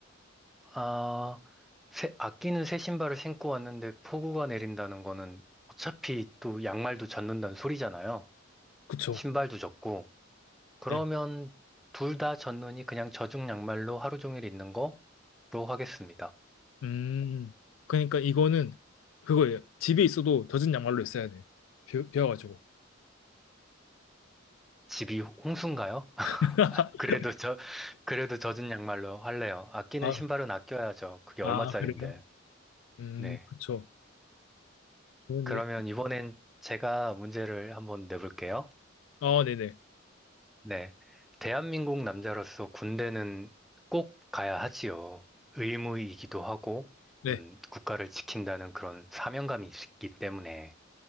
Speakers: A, in the centre; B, on the left.
A: 아, 새- 아끼는 새 신발을 신고 왔는데 폭우가 내린다는 거는 어차피 또 양말도 젖는다는 소리잖아요.
B: 그쵸.
A: 신발도 젖고. 그러면
B: 예.
A: 둘 다 젖는이 그냥 젖은 양말로 하루 종일 있는 거로 하겠습니다.
B: 음, 그러니까 이거는 그거예요. 집에 있어도 젖은 양말로 있어야 돼요. 비, 비와가지고.
A: 집이 홍수인가요? <laughs>
B: <laughs>
A: 그래도 저, 그래도 젖은 양말로 할래요. 아끼는
B: 아,
A: 신발은 아껴야죠. 그게
B: 아,
A: 얼마짜린데.
B: 그래요? 음,
A: 네.
B: 그쵸. 저는
A: 그러면
B: 이게,
A: 이번엔 제가 문제를 한번 내볼게요.
B: 아, 네네.
A: 네. 대한민국 남자로서 군대는 꼭 가야 하지요. 의무이기도 하고,
B: 네,
A: 음, 국가를 지킨다는 그런 사명감이 있기 때문에.